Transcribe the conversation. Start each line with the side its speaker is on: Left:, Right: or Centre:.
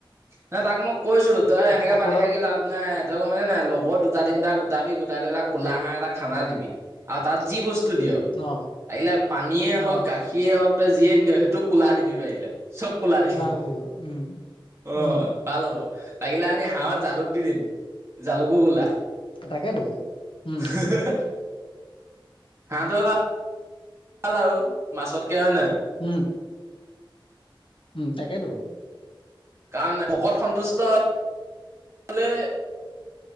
Right: ন তাক মই কৈছো তই এনেকে
Left: আকৌ আকৌ
Right: পাতি
Left: এবাৰ
Right: থাকি লাভ নাই তই গম পাইছ নাই লগৰ দুটা তিনিটা গোটাবি। উটাইলে বুলে কলা হাঁহ এটা খানা দিবি, আৰু তাত যি বস্তু। দিয়,
Left: অ
Right: লাগিলে পানীয়ে হওঁক,
Left: অ
Right: গাখিয়ে হওক তই যিয়ে নিদিয় সেইটো ক'লা দিবি পাৰিলে। চব কোলা দি,
Left: ওলাই আহিব লাগিব উম
Right: অ
Left: উম
Right: ভাল হ'ব লাগিলে আমি হাঁহত। জালুক, দি দিম জালুকো কু'লা।
Left: তাকেইতো। উম
Right: হ। <unintelligible> হাঁহতো ভাল আৰু মাছতকে হয় নে।
Left: উম। উম তাকে টো।
Right: কাৰণ ভকত সন্তুষ্ট হলে।